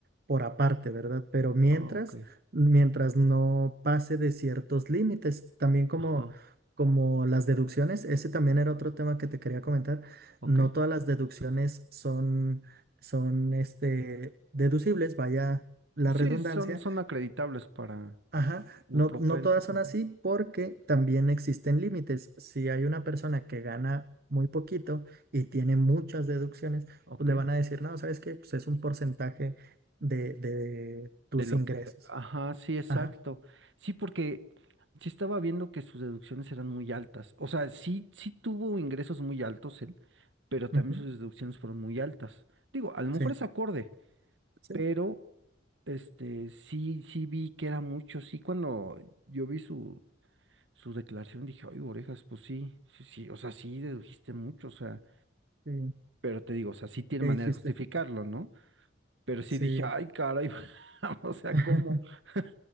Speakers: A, on the right; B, on the right.
A: por aparte, ¿verdad? Pero mientras,
B: Ah, ok.
A: mientras no pase de ciertos límites, también como,
B: Ajá.
A: como las deducciones, ese también era otro tema que te quería comentar,
B: Ok.
A: no todas las deducciones son, son este, deducibles, vaya la
B: Sí,
A: redundancia.
B: son, son acreditables para
A: Ajá,
B: u
A: no,
B: propensos.
A: no todas son
B: ujú,
A: así porque también existen límites. Si hay una persona que gana muy poquito y tiene muchas deducciones,
B: Ok.
A: pues le van a decir, no, ¿sabes que Pues es un porcentaje de, de tus
B: De lo
A: ingresos.
B: que. Ajá, sí, exacto.
A: Ajá,
B: Sí, porque sí estaba viendo que sus deducciones eran muy altas. O sea, sí, sí tuvo ingresos muy altos él, pero también
A: ujú,
B: sus deducciones fueron muy altas. Digo, a lo mejor
A: Sí,
B: es acorde,
A: sí,
B: pero este, sí, sí vi que era mucho. Sí, cuando yo vi su. su declaración dije, ay, orejas, pues sí, sí, sí, o sea, sí dedujiste mucho, o sea,
A: sí,
B: pero te digo, o sea, sí tiene
A: ¿qué
B: manera
A: dijiste?
B: de justificarlo, ¿no? Pero sí
A: Sí.
B: dije, ay, caray, <laughs> o sea,
A: <laughs>
B: ¿cómo? <laughs>